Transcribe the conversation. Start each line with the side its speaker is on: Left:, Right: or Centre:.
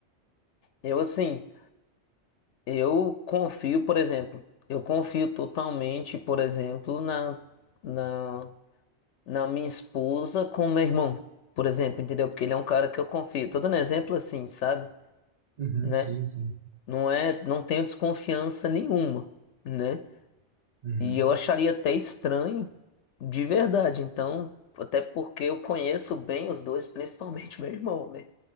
Left: Eu, assim, eu confio, por exemplo, eu confio totalmente, por exemplo, na, na, na minha esposa com meu irmão, por exemplo, entendeu? Porque ele é um cara que eu confio. Tô dando exemplo assim, sabe?
Right: Uhum,
Left: Né?
Right: sim, sim.
Left: Não é, não tenho desconfiança nenhuma, né?
Right: Uhum.
Left: E eu acharia até estranho, de verdade. Então, até porque eu conheço bem os dois, principalmente <laughs> meu irmão, né?